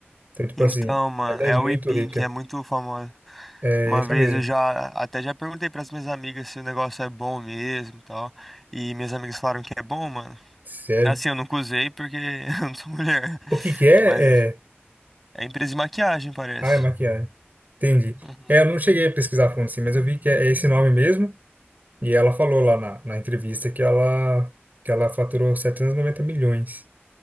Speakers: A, on the right; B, in the centre.
A: Então, tipo
B: Então,
A: assim,
B: mano,
A: ela é
B: é
A: muito
B: a Weepin
A: rica.
B: que é muito famosa.
A: É
B: Uma
A: essa
B: vez
A: mesmo.
B: eu já até já perguntei para as minhas amigas se o negócio é bom mesmo e tal. E minhas amigas falaram que é bom, mano.
A: Sério.
B: Assim, eu nunca usei porque <laughs> eu não sou mulher.
A: O que que é?
B: Mas
A: É...
B: é empresa de maquiagem, parece.
A: Ah, é maquiagem. Entendi.
B: Uhum.
A: É, eu não cheguei a pesquisar a fundo assim, mas eu vi que é esse nome mesmo. E ela falou lá na, na entrevista que ela, que ela faturou 790 milhões.